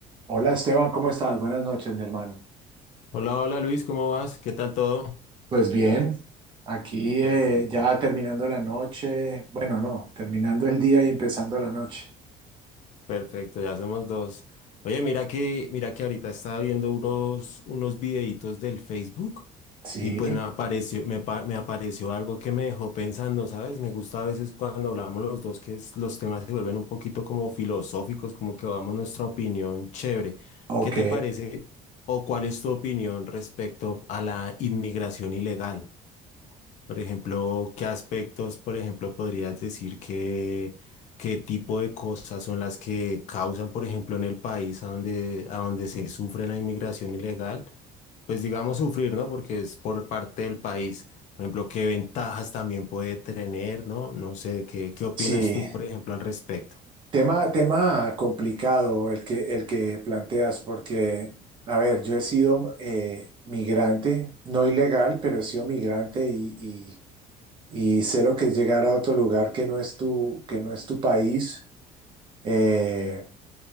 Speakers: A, on the right (about 30°); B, on the left (about 50°).
A: Hola Esteban, ¿cómo estás? Buenas noches, mi hermano.
B: Hola, hola Luis, ¿cómo vas? ¿Qué tal todo?
A: Pues bien, aquí
B: Perfecto,
A: eh, ya terminando la noche, bueno, no, terminando el día y empezando la noche.
B: perfecto, ya somos dos. Oye, mira que, mira que ahorita estaba viendo unos, unos videitos del Facebook
A: Sí,
B: y pues me apareció, me, pa- me apareció algo que me dejó pensando, ¿sabes? Me gusta a veces cuando hablamos los dos que es- los temas se vuelven un poquito como filosóficos, como que damos nuestra opinión chévere.
A: ok,
B: ¿Qué te parece o cuál es tu opinión respecto a la inmigración ilegal? Por ejemplo, ¿qué aspectos, por ejemplo, podrías decir que, qué tipo de cosas son las que causan, por ejemplo, en el país a donde, a donde se sufre la inmigración ilegal? Pues digamos sufrir, ¿no? Porque es por parte del país. Por ejemplo, ¿qué ventajas también puede tener, ¿no? No sé, ¿qué, qué opinas
A: sí.
B: tú, por ejemplo, al respecto?
A: Tema, tema complicado el que, el que planteas, porque, a ver, yo he sido eh, migrante, no ilegal, pero he sido migrante y, y- y sé lo que es llegar a otro lugar que no es tu, que no es tu país. Eh,